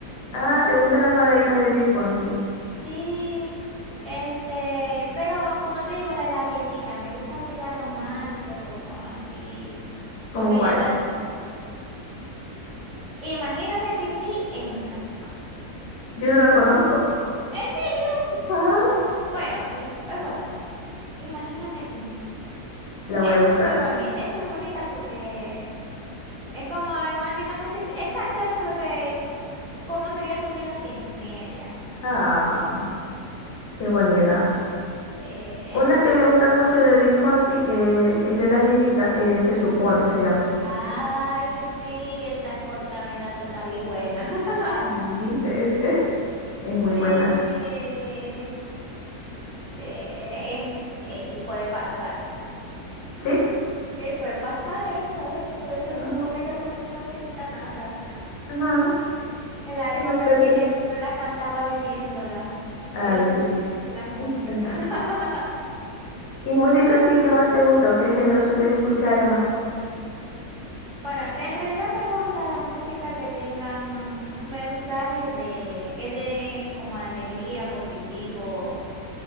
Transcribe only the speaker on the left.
Ah, ¿te gustan las baladitas de Luis Fonsi?
¿Cómo
cuál?
Yo no lo conozco.
Ah,
La
voy a buscar.
Ah, qué bonita.
Una que
me gusta mucho de Luis Fonsi, eh, que es de las viejitas, eh, se supone, se llama.
¿Viste? <laughs> Es
muy buena.
¿Sí?
Ah,
ah,
no te perdés.
Ay,
sí.
<laughs>
¿Y música sí que más te gusta o qué género sueles escuchar, Emma?